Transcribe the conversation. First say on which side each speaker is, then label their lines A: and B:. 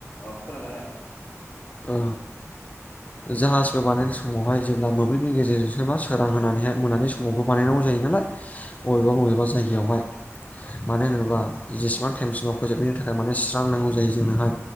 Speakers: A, on the left (about 55°); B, on the left (about 30°).
A: औ खोनादों
B: ओ। जाहाजबो बानायनाय समावहाय जेब्ला मोब्लिबनि गेजेरजोंसोबा सोरां होनानैहाय मोनानि समावबो बानायनांगौ जायो नालाय बबेबा
A: औ
B: बबेबा जायगायावहाय मानो होनो बा जेसेबां टाइमसिमाव फोजोबनायनि थाखाय माने स्रांनांगौ जायो जोंनोहाय